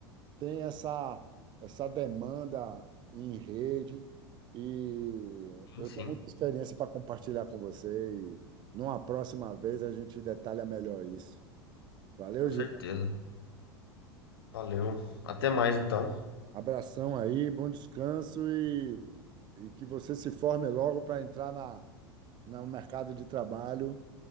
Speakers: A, on the right; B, on the left.
A: tem essa, essa demanda em rede e
B: Sim,
A: eu
B: sim,
A: tenho muita experiência para compartilhar com você e numa próxima vez a gente detalha melhor isso. Valeu,
B: com
A: Jean.
B: certeza. Valeu. Até mais, então.
A: Abração aí, bom descanso e, e que você se forme logo para entrar na, no mercado de trabalho